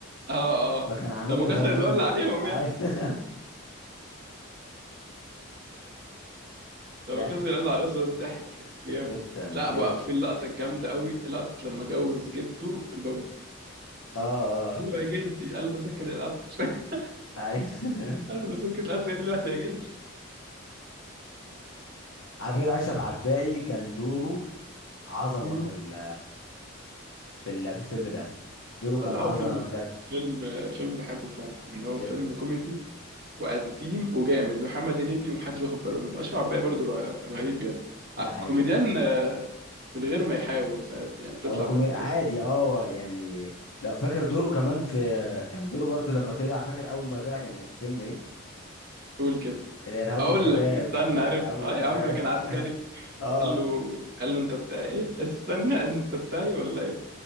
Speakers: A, on the right; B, on the left.
A: اه اه
B: ما كان عامل
A: لما
B: يغنوا
A: كسر القلة
B: له
A: عليهم يا
B: <laughs>
A: لما
B: ضحك
A: كسر قال لعروسه بس ضحك جامد
B: جدا
A: لا
B: جدا
A: بقى في اللقطة الجامدة قوي لقطة لما جوز جده لأمه
B: اه اه
A: قال له يا جدي قال له سكت القطر <laughs>
B: ايوه <laughs>
A: قال له سكت القطر ايه دلوقتي يا جدي
B: على فكره اشرف عباقي كان دوره عظمه
A: <laughs>
B: في ال في ال في الفيلم ده دوره كان
A: قال
B: عظمه
A: اه فيلم
B: بجد
A: فيلم فيلم بحبه فعلا يعني هو
B: جدا
A: فيلم كوميدي وقديم وجامد لمحمد هنيدي ومحدش واخد باله منه أشرف عباية برضو ر- رهيب يعني
B: ده
A: آه،
B: حقيقه
A: كوميديان آه، من غير ما يحاول فاهم يعني بتطلع
B: هو كومي
A: منه كده
B: عادي اه هو يعني لو فاكر دوره كمان في كان دوره برضه لما طلع فاكر اول ما طلع كان الفيلم ايه
A: قول كده
B: الارهاب
A: اقول
B: والكباب
A: لك استنى
B: الارهاب
A: عرفت
B: والكباب
A: اه يا عم كان
B: <laughs>
A: عسكري
B: اه
A: قال له قال له انت بتاع ايه استنى انت بتاعي ولا ايه